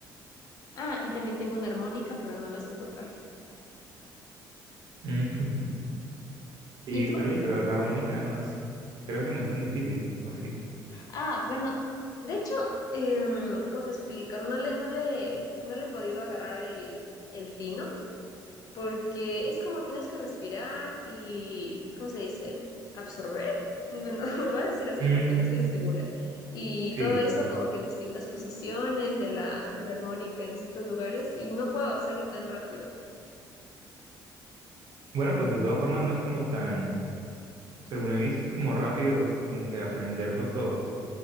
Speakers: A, on the left (about 50°); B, on the right (about 55°).
A: Ah, y también tengo una armónica, pero no la sé tocar.
B: Mm, Y
A: ¿Y tú?
B: oye, pero la armónica no es, creo que no es tan difícil, ¿o sí?
A: Ah, bueno, de hecho, em, ¿cómo te explico? No le, no le, no le he podido agarrar el, el tino, porque es como tienes que respirar y, ¿cómo se dice? Absorber. Bueno, <laughs> lo voy a decir así
B: Mm,
A: porque no estoy segura. Y
B: sí.
A: todo eso como que en distintas posiciones de la, de la armónica, en distintos lugares, y no puedo hacerlo tan rápido.
B: Bueno, pues de todas formas no es como tan, según he visto, es como rápido, como que aprenderlo todo.